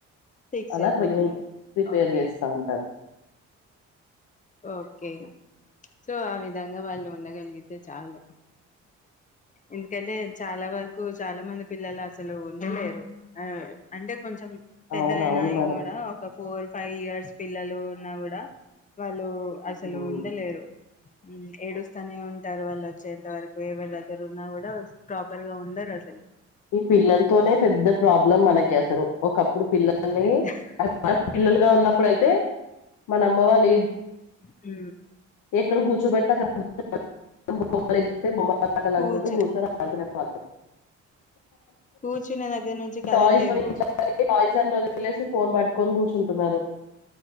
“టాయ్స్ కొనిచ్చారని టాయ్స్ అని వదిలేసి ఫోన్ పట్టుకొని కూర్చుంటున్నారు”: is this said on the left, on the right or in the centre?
Left